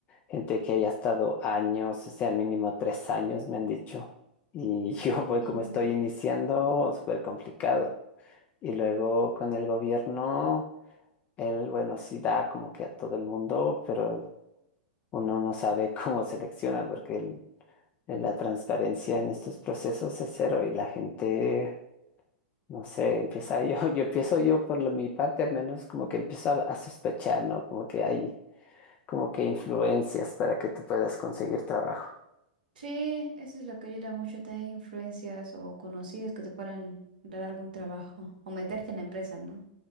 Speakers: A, on the left (about 35°); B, on the right (about 75°).
A: Gente que haya estado años, o sea, mínimo tres años, me han dicho. Y <laughs> yo, voy
B: Sí.
A: como estoy iniciando, súper complicado. Y luego con el gobierno, él, bueno, sí da como que a todo el mundo, pero uno no sabe <laughs> cómo selecciona, porque el- la transparencia en estos procesos es cero y la gente, no sé, empieza yo, <laughs> yo empiezo yo por lo- mi parte, al menos como que empiezo a, a sospechar, ¿no? Como que hay como que influencias para que tú puedas conseguir trabajo.
B: Sí, eso es lo que ayuda mucho, tener influencias o conocidos que te puedan dar algún trabajo o meterte en la empresa, ¿no?